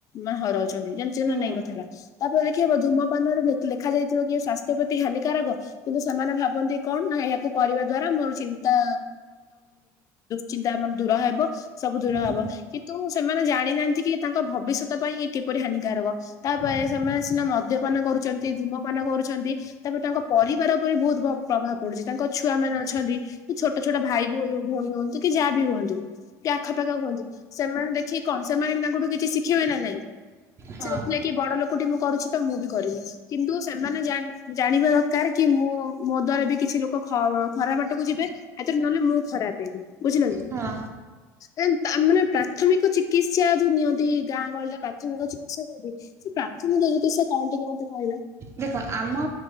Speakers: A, on the left (about 40°); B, on the right (about 30°).
A: ମାନେ ହରାଉ ଛନ୍ତି ଜାଣିଚ
B: ହୁଁ
A: ନାଇଁ
B: ହୁଁ
A: କଥା ଟା। ତାପରେ ଦେଖିହବ ଧୂମପାନରେ ଲେଖା ଯାଇଥିବ କି ସ୍ଵାସ୍ଥ୍ୟ ପ୍ରତି ହାନିକାରକ ।କିନ୍ତୁ ସେମାନେ ଭାବନ୍ତି କଣ ନା ଏହାକୁ କରିବା ଦ୍ଵାରା ମୋର ଚିନ୍ତା ଚିନ୍ତା ଆମର ଦୂର ହେବ। ସବୁ ଦୂର
B: ହୁଁ
A: ହବ ।କିନ୍ତୁ ସେମାନେ ଜାଣିନାହାନ୍ତି କି ତାଙ୍କ ଭବିଷ୍ୟତ ପାଇଁ ଏ କିପରି ହାନିକାରକ। ତାପରେ ସେମାନେ ସିନା ମ ଉଦ୍ୟପାନ କରୁଛନ୍ତି ଧୂୁମପାନ କରୁଛନ୍ତି ।ତାପରେ ତାଙ୍କ ପରିବାର ମାନେ ବହୁତ ଭ ପ୍ରଭାବ ପଡୁଛି ।ତାଙ୍କ ଛୁଆ ମାନ ଅଛନ୍ତି ଛୋ ଛୋଟ ଛୋଟ ଭାଇ ଭଉ ଭଉଣୀ ହୁଅନ୍ତୁ। କି ଯାହା ବି ହୁଅନ୍ତୁ ଟ୍ୟ ପାଖାପାଖା ହୁଅନ୍ତୁ ସେମାନେ ଦେଖିକି କଣ ସେମାନେ ବି ତା <unintelligible> ଦେଖିବେ ନା ନାଇଁ
B: ହଁ
A: ସେ ଥିଲେ କି ବଡ ଲୋକଟି ମୁଁ କରୁଛି ତ ମୁଁ କରିନି କିନ୍ତୁ ସେମାନେ ଜାଣିବା ଦରକାର କି ମୁଁ ମୋ ଦ୍ଵାରା ବି କିଛି ଲୋକ ଖରାପ ବାଟକୁ ଯିବେ। <unintelligible> ନହେଲେ ମୁଁ ଖରାପ ହେବି। ବୁଝିଲ କି
B: ହଁ।
A: ଏ ତା ମାନେ ପ୍ରାଥମିକ ଚିକିତ୍ସା ଯୋଉ ନିଅନ୍ତି ଗାଁ ଗହଳିରେ ପ୍ରାଥମିକ ଚିକିତ୍ସା ନିଅନ୍ତି ସେ ପ୍ରାଥମିକ ଚିକିତ୍ସା କଣ ଟିକେ ମତେ କହିଲ ।
B: ଦେଖ ଆମ